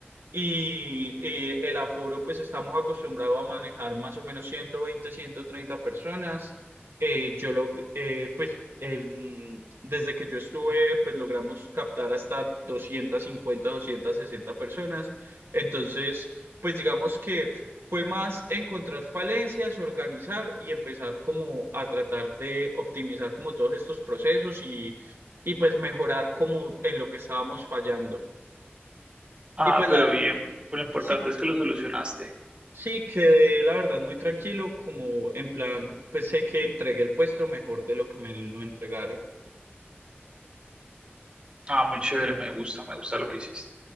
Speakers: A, on the right (about 70°); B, on the right (about 25°).
A: Y, y el aforo, pues estamos acostumbrados a manejar más o menos 120, 130 personas eh, yo lo, eh, pues el- desde que yo estuve, pues logramos captar hasta 250, sesenta personas. Entonces, pues digamos que fue más encontrar falencias, organizar y empezar como a tratar de optimizar como todos estos procesos y, y pues mejorar como en lo que estábamos fallando.
B: Ah,
A: Y pues
B: pero
A: la,
B: bien, lo importante
A: sí,
B: es que lo solucionaste.
A: sí, quedé la verdad muy tranquilo, como en plan, pues sé que entregué el puesto mejor de lo que me lo entregaron.
B: Ah, muy chévere, me gusta, me gusta lo que hiciste.